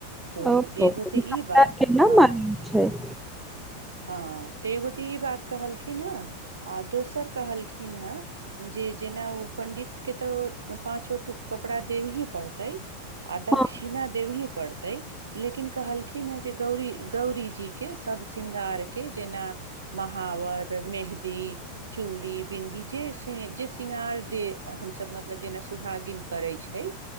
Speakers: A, on the right; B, in the centre.
A: तो
B: ओ
A: एगो तऽ
B: ई सबटा
A: बात
B: केना
A: हँ
B: मालुम छै <inaudible>
A: हँ तो एगो तऽ ई बात कहलखिन हें आ दोसर कहलखिन हेँ जे जेना ओ पंडितकें तऽ पांचो टुक कपड़ा देबहे पड़तै आ दक्षिणा
B: हँ
A: देबही पड़तै लेकिन कहलखिन हँ जे गौरी गौरीजी के सबसँ श्रृंगारकें जेना महावर मेहं दी चूड़ी बिन्दी जे जे शृंगार दे हमसभ मतलब जेना सुहागिन करय छै